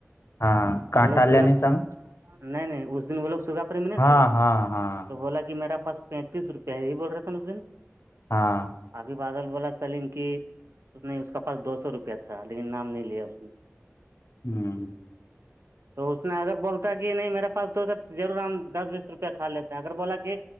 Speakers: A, on the left; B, on the right.
A: ہاں کٹ
B: وہ لوگ
A: آاللہ
B: سگا
A: نہیں سام
B: نہیں نہیں اس دن وہ لوگ سگا پری میں نہیں
A: ہاں
B: تھے
A: ہاں ہاں
B: تو بولا کہ میرا پاس پینتیس روپئے ہی بول رہا تھا ن اس دن
A: ہاں
B: ابھی بادل بول چن کہ اس نہیں اس کا پاس دو سو روپیہ تھا لیکن نام نہیں لیا اس نے
A: ہوں
B: تو اس نے اگر بولتا کہ نہیں میرا پاس دوتا تو ضرور ہم دس بیس روپیہ کھا لیتے ہیں اگر بولا کہ